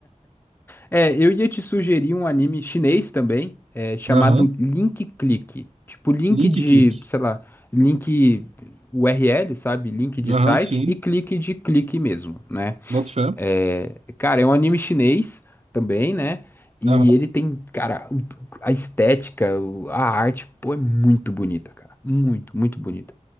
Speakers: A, on the left; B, on the right.
A: É, eu ia te sugerir um anime chinês também, é, chamado
B: Aham.
A: Link Click. Tipo, link
B: Link
A: de,
B: click.
A: sei lá, link URL, sabe? Link de
B: Aham,
A: site
B: sim.
A: e clique de clique mesmo, né?
B: Boto fé.
A: É, cara, é um anime chinês também, né? E
B: Aham.
A: ele tem, cara, o- a estética, o- a arte, pô, é muito bonita, cara. Muito, muito bonita.